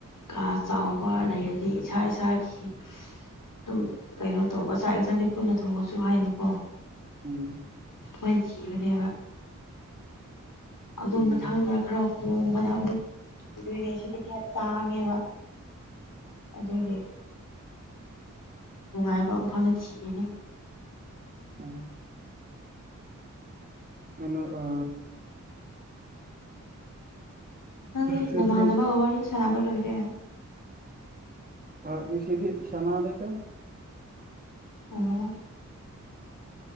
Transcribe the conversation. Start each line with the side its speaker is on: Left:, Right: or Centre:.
Left: ꯀꯥ ꯆꯥꯎꯕ ꯂꯩꯔꯗꯤ ꯏꯁꯥ ꯏꯁꯥꯒꯤ ꯑꯗꯨꯝ ꯀꯩꯅꯣ ꯇꯧꯕ ꯆꯥꯛ ꯌꯦꯟꯁꯥꯡꯗꯤ ꯄꯨꯟꯅ ꯊꯣꯡꯉꯁꯨ ꯍꯥꯏꯅꯨꯀꯣ
Right: ꯎꯝ
Left: ꯍꯣꯏ ꯊꯤꯕꯅꯦꯕ ꯑꯗꯨ
Right: ꯎꯝ
Left: ꯃꯊꯪꯗ ꯈꯔ ꯍꯣꯡꯕꯗ ꯑꯃꯨꯛ ꯏꯗꯣꯏꯅꯦ ꯁꯤꯗꯤ ꯈꯔ ꯇꯥꯡꯉꯦꯕ ꯑꯗꯨꯒꯤ ꯅꯨꯡꯉꯥꯏꯕ ꯃꯐꯝꯗ ꯊꯤꯔꯤꯅꯤ
Right: ꯎꯝ ꯑꯩꯅꯣ ꯑ
Left: ꯅꯪꯒꯤ
Right: ꯆꯇ꯭ꯔꯨꯛ
Left: ꯅꯃꯥꯟꯅꯕꯒ ꯋꯥꯔꯤ ꯁꯥꯟꯅꯕ ꯂꯣꯏꯔꯦ
Right: ꯀꯥꯔꯗ ꯄꯤꯁꯤꯗꯤ ꯁꯅꯥꯗꯦꯗ
Left: ꯑꯣ